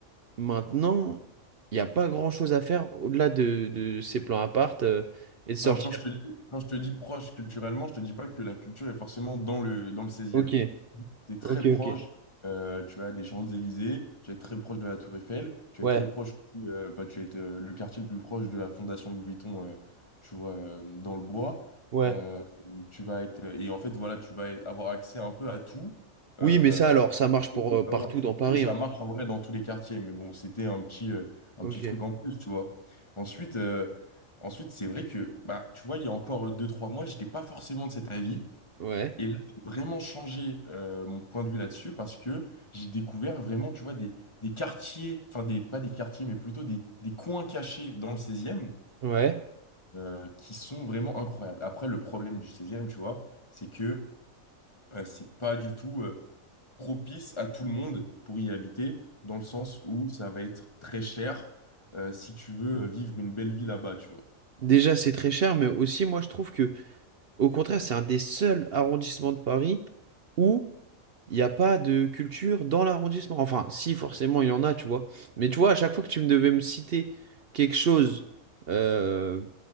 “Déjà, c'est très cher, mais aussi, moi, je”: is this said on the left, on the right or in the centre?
Right